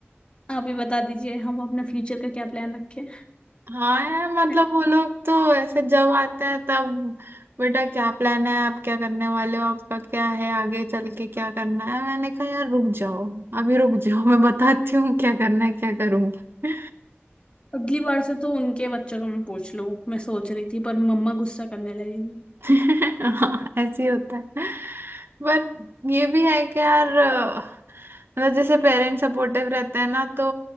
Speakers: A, on the left (about 25°); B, on the right (about 60°).
A: आप ही बता दीजिए हम अपने फ्यूचर का क्या प्लान रखें
B: हाँ यार मतलब
A: <laughs>
B: वो लोग तो ऐसे जब आते हैं तब बेटा क्या प्लान है आप क्या करने वाले हो आपका क्या है आगे चल के क्या करना है मैंने कहा यार रुक जाओ अभी रुक जाओ मैं बताती हूँ क्या करना है क्या करूंगी
A: अगली बार से तो उनके बच्चों का मैं पूछ लूं मैं सोच रही थी पर मम्मा गुस्सा करने लगेंगी
B: <laughs> हाँ ऐसे ही होता है पर ये भी है कि यार अ, मतलब जैसे पेरेंट्स सपोर्टिव रहते हैं ना तो